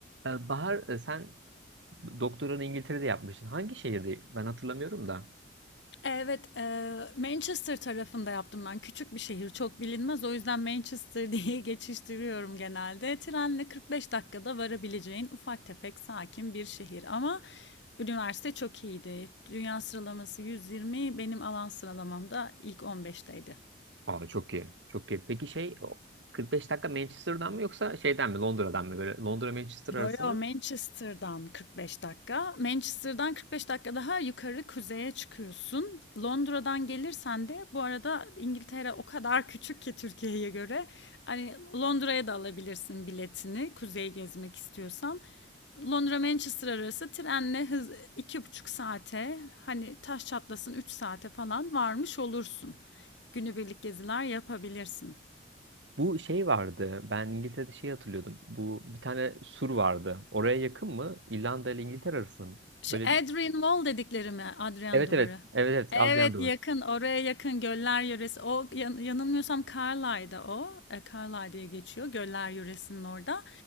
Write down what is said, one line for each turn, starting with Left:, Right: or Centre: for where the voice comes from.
Right: Ee, Bahar e, sen doktoranı İngiltere'de yapmıştın. Hangi şehirde? Ben hatırlamıyorum da.
Left: Evet, eee, Manchester tarafında yaptım ben. Küçük bir şehir, çok bilinmez. O yüzden Manchester <laughs> diye geçiştiriyorum genelde. Trenle 45 dakikada varabileceğin ufak tefek sakin bir şehir. Ama üniversite çok iyiydi. Dünya sıralaması 120, benim alan sıralamamda ilk 15'teydi.
Right: Aa çok iyi. Çok iyi. Peki şey o 45 dakika Manchester'dan mı yoksa şeyden mi Londra'dan mı böyle Londra Manchester arası
Left: Yo yo
Right: mı?
Left: Manchester'dan 45 dakika. Manchester'dan 45 dakika daha yukarı kuzeye çıkıyorsun. Londra'dan gelirsen de bu arada İngiltere o kadar küçük ki Türkiye'ye göre. Hani Londra'ya da alabilirsin biletini kuzeyi gezmek istiyorsan. Londra Manchester arası trenle hız iki buçuk saate hani taş çatlasın 3 saate falan varmış olursun. Günübirlik geziler yapabilirsin.
Right: Bu şey vardı. Ben İngiltere'de şey hatırlıyordum. Bu bir tane sur vardı. Oraya yakın mı? İrlanda ile İngiltere arası mı?
Left: Şu
Right: Öyle
Left: Adrian
Right: bir
Left: Wall dedikleri mi? Adrian
Right: Evet
Left: Duvarı.
Right: evet. Evet evet.
Left: Evet
Right: Adrian Duvarı.
Left: yakın oraya yakın Göller Yöresi. O yan- yanılmıyorsam Carlisle'da o. E, Carlisle diye geçiyor Göller Yöresi'nin orada.